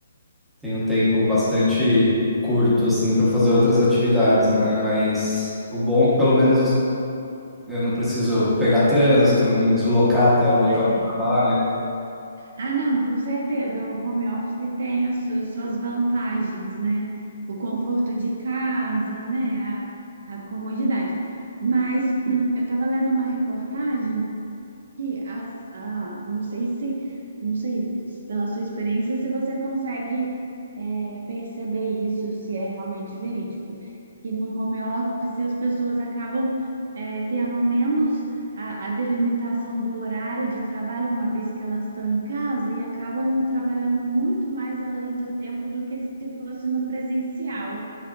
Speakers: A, in the centre; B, on the right (about 50°).
A: tenho tempo bastante curto, assim, para fazer outras atividades, né? Mas o bom é que pelo menos Eu não preciso pegar trânsito, me deslocar até o local
B: É.
A: de trabalho.
B: Ah, não, com certeza. O home office tem as suas, suas vantagens, né? O conforto de casa, né? A, a comodidade. Mas <clears throat> eu estava lendo uma reportagem. E as, ah, não sei se, não sei, pela sua experiência, se você consegue é, perceber isso, se é realmente verídico. Que no home office as pessoas acabam é, tendo menos a, a delimitação do horário de trabalho, uma vez que elas estão em casa, e acabam trabalhando muito mais além do tempo do que se fosse no presencial.